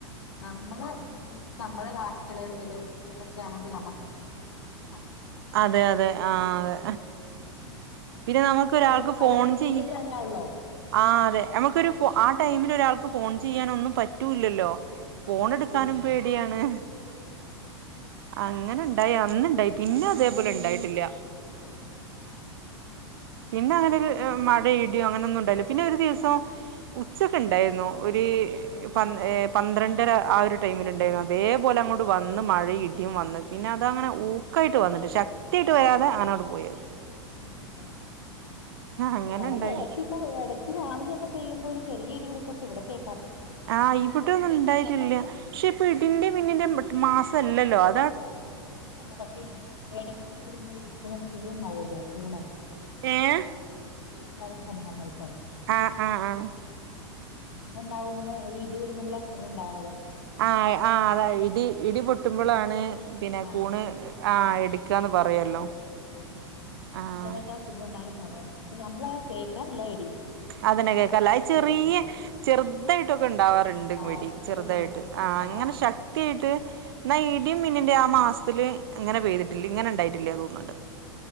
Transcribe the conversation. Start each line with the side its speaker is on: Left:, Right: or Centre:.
Left: നമ്മള് നമ്മളെ ബാക്കി എളേ പിള്ളേരൊക്കാണെങ്കിൽ നമുക്ക് ശെരിക്കും
Right: അതെ അതെ ആ അതെ പിന്നെ നമുക്ക്
Left: അത്
Right: ഒരാൾക്ക്
Left: നമ്മളിപ്പോ
Right: ഫോൺ
Left: മഴ പെയ്തില്ലെങ്കിൽ
Right: ചെയ്
Left: അങ്ങനെയാണല്ലോ
Right: ആ അതെ നമുക്കൊരു ഫോ ആ ടൈമിൽ- - ഒരാൾക്ക് ഫോൺ ചെയ്യാനൊന്നും പറ്റൂല്ലല്ലോ ഫോണെടുക്കാനും
Left: അതില്ല
Right: പേടിയാണ് അങ്ങനെ ണ്ടായി അന്നുണ്ടായി പിന്നെ അതേപോലെ ണ്ടായിട്ടില്ല പിന്നെ അങ്ങനെ ഒരു മഴ ഇടിയോ അങ്ങനെ ഒന്നും ഉണ്ടായില്ല പിന്നെ ഒരു ദിവസം ഉച്ചക്ക്ണ്ടായിരുന്നു ഒരു പൻ പന്ത്രണ്ടര ആ ഒരു ടൈമിൽ ഉണ്ടായിരുന്നു അതേപോലെ അങ്ങോട്ട് വന്ന് മഴയും ഇടിയും വന്നു പിന്നെ അത് അങ്ങനെ ഊക്കായിട്ട് വന്നിട്ട് ശക്തിയാട്ട് വരാതെ അനോട്ട് പോയത്
Left: ല്ല
Right: അങ്ങനെ
Left: ആ അലെങ്കി
Right: ഉണ്ടായി
Left: ഇടക്ക് ഇപ്പൊ ഇടക്ക് രാവിലെ ഒക്കെ പെയ്യുമ്പോ ഒരു ചെറിയ ഇടികുടുക്കക്കെണ്ട്ക്കെ
Right: ആ ഇവിട് ഒന്നും ഇണ്ടായിട്ടില്ല പക്ഷെ ഇപ്പ ഇടിന്റെ മിന്നിന്റെ മാസം അല്ലല്ലോ അ
Left: മാസല്ല പക്ഷെ <unintelligible> കൂണുണ്ടാവല്ലോ കൂണ്
Right: ഏഹ്
Left: കൂണുണ്ടാകുന്ന സമയല്ല ട്ടോ
Right: ആഹ് ആ ആ
Left: കൂണ് ഉണ്ടാവുമന്ന് ഈ ഇടി കുടുങ്ങുമ്പോളാ കൂണ് ഉണ്ടാവുന്നത്
Right: ആഹ് ആ് അതാ ഇടി ഇടി പൊട്ടുമ്പോളാണ് പിന്നെ
Left: ആഹ്
Right: കൂണ്
Left: കൂണുണ്ടാവുന്ന
Right: ആ
Left: പറയണേ
Right: എടുക്കാന്ന് പറയല്ലോ.
Left: ഉം
Right: ആഹ്
Left: ഈ സമയത്താ കൂണുണ്ടാകുന്ന സമയം പക്ഷെ നമ്മളത് കേൾക്കാറില്ല ഇടി.
Right: അതിനെ കേക്കല്ലത്
Left: അങ്ങനെ
Right: ചെറിയ
Left: ആഹ്
Right: ചെറുതായിട്ടൊക്കെ ഉണ്ടാവാ ണ്ട്
Left: ആഹ്
Right: വ് ഇടി
Left: ചെറിയ
Right: ചെറുതായിട്ട്
Left: മുഴക്കം വരുവുള്ളൂ
Right: ആ അങ്ങനെ
Left: അല്ലാതൊന്നുമില്ല
Right: ശക്തിയിട്ട് ന്നാ ഇടി മിന്നിന്റെ ആ മാസ് ത്തില് അങ്ങനെ പെയ്തിട്ടില്ല ഇങ്ങനെ ഉണ്ടായിട്ടില്ല <unintelligible>